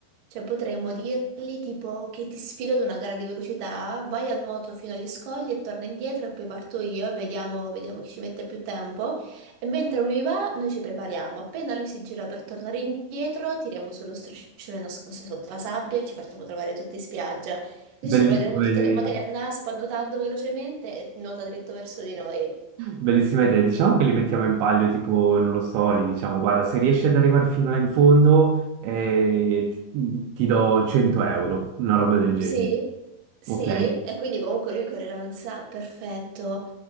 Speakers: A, on the right; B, on the right.
A: cioè potremmo dirgli tipo che ti sfido ad una gara di velocità, vai a nuoto fino agli scogli e torna indietro e poi parto io e vediamo, vediamo chi ci mette più tempo. E mentre lui va, noi ci prepariamo. Appena lui si gira per tornare indietro, tiriamo sullo striscione nascosto sotto la sabbia e ci facciamo trovare tutti in spiaggia. Così
B: bellissima
A: ce lo vedremo tutto
B: idea.
A: che magari annaspa nuotando velocemente e nuota dritto verso di noi.
B: Bellissima idea. Diciamo che li mettiamo in palio, tipo, non lo so, li diciamo, guarda, se riesci ad arrivare fino là in fondo, eh, ti, ti do 100 euro, una roba del genere.
A: Sì, sì,
B: Ok?
A: e quindi comunque lui correrà un sacco, perfetto.